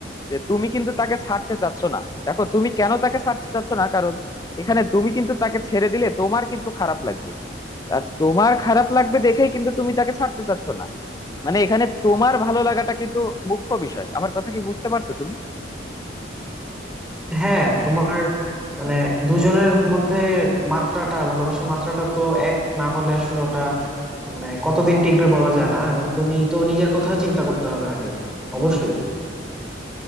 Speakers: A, on the left (about 20°); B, in the centre.
A: যে তুমি কিন্তু তাকে ছাড়তে চাচ্ছ না দেখো তুমি কেন তাকে ছাড়তে চাচ্ছ না কারণ এখানে তুমি কিন্তু তাকে ছেড়ে দিলে তোমার কিন্তু খারাপ লাগবে আর তোমার খারাপ লাগবে দেখেই কিন্তু তুমি তাকে ছাড়তে চাচ্ছ না মানে এখানে তোমার ভালো লাগাটা কিন্তু মুখ্য বিষয় আমার কথা কি বুঝতে পারছো তুমি
B: হ্যাঁ তোমার মানে দুজনের মধ্যে মাত্রাটা ভালোবাসার মাত্রাটা তো এক না হলে আসলে ওটা মানে কতদিন টিকবে বলা যায় না এবং তুমি তো নিজের কথা চিন্তা করতে হবে আগে অবশ্যই